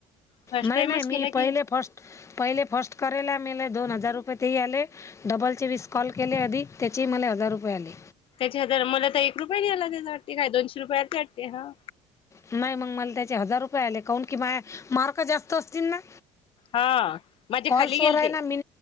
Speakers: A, on the left; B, on the left.
A: फर्स्ट
B: नाही,
A: टाइमच
B: नाही
A: केला
B: मी पहिले
A: की
B: फर्स्ट पहिले फर्स्ट करायला मिले दोन हजार रुपये तेही आले. डबलचे विस कॉल केले आधी त्याचेही मला हजार रुपये आले.
A: त्याचे हजार मला तर एक रुपये नाही आला त्याचा वाटते काय दोनशे रुपये आलते वाटते हा.
B: नाही मग मला त्याचे हजार रुपये आले काऊन की माये मार्क जास्त असतील ना.
A: हा माझे
B: कॉल्स
A: खाली
B: हो
A: गेलते
B: आहे ना मि